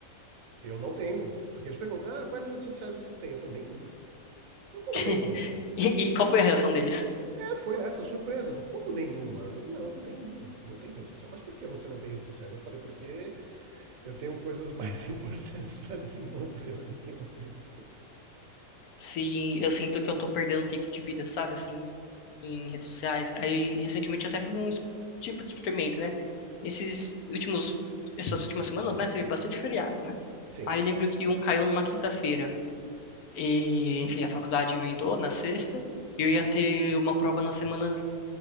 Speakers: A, on the right; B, on the left.
A: eu não tenho, porque eles perguntam: "Ah, quais redes sociais você tem?" Eu falei: "Nenhuma". Eu falei, como
B: <laughs>
A: nenhuma?
B: E,
A: Eu falei,
B: e qual foi a reação deles?
A: é, foi essa surpresa. Eu falei, como nenhuma? Eu falei, não, nenhuma. Não tenho rede social. Mas por que você não tem redes sociais? Eu falei, porque eu tenho coisas <laughs> mais importantes para desenvolver na minha vida.
B: Se eu sinto que eu tô perdendo tempo de vida, sabe, assim, em redes sociais. Aí, recentemente, eu até fiz um es- tipo de experimento, né? Esses últimos, essas últimas semanas, né, teve bastante feriados, né?
A: Sim,
B: Aí eu lembro que um caiu numa quinta-feira. E, enfim, a faculdade emendou na sexta. E eu ia ter uma prova na semana